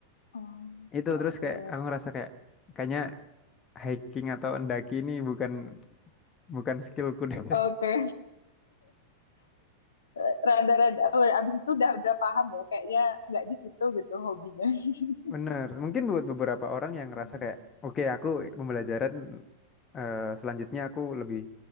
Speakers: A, on the left; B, on the left.
A: Oh,
B: itu
A: Oke
B: terus
A: oke
B: kayak aku ngerasa kayak kayaknya hiking atau mendaki ini bukan bukan skillku deh <laughs>
A: oke. <laughs> Rada-rada. oh, Abis itu udah udah paham ya. Kayaknya nggak di situ gitu hobinya. <laughs>
B: bener mungkin buat beberapa orang yang ngerasa
A: Hmm.
B: kayak oke aku pembelajaran eh, selanjutnya aku lebih